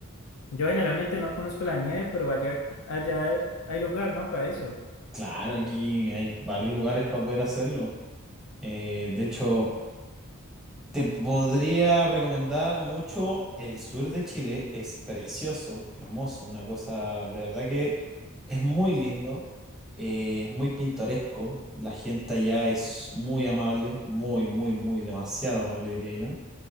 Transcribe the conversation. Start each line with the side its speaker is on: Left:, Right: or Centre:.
Left: Yo generalmente no conozco la nieve, pero allá, allá hay lugar, ¿no? Para eso.
Centre: Claro, aquí hay varios lugares para poder hacerlo. Eh, de hecho, Te podría recomendar mucho el sur de Chile, es precioso, hermoso, una cosa de verdad que es muy lindo, eh, es muy pintoresco, la gente allá es muy amable, muy, muy, muy, demasiado amable diría yo.